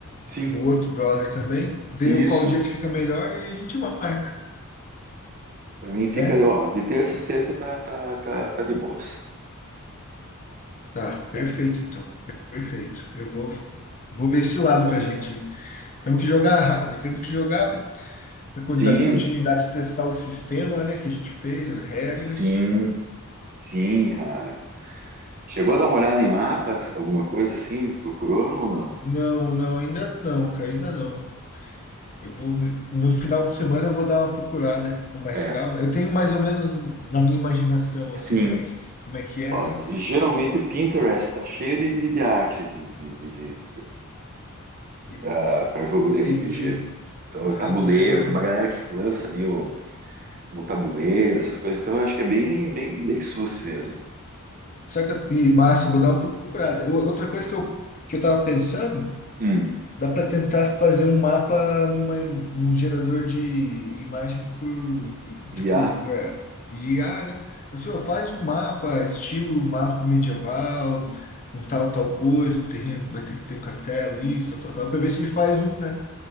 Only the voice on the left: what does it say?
o outro brother também, ver
qual dia que fica melhor e a gente marca,
né?
Tá, perfeito
então. Perfeito. Eu vou, vou ver esse lado pra gente. Temos que jogar, ra- temos que jogar da con-
da continuidade de testar o sistema, né, que a gente fez, as regras.
Não, não, ainda não, cara, ainda não. Eu vou, ver- no final de semana eu vou dar uma procurada com mais
calma. Eu tenho mais ou menos na minha imaginação, assim,
como é que, como é que é,
né?
E
entendi.
Ah,
que legal.
Saca, e massa, eu vou dar uma procurada. Eu- outra coisa que eu, que eu tava pensando,
dá para tentar fazer um mapa numa, im- num gerador de imagem difuso
para guiar, né? Assim, ó, faz um mapa, estilo mapa medieval, com tal, tal coisa, um terreno, vai ter que ter um castelo, isso, tal, tal, para ver se ele faz um, né?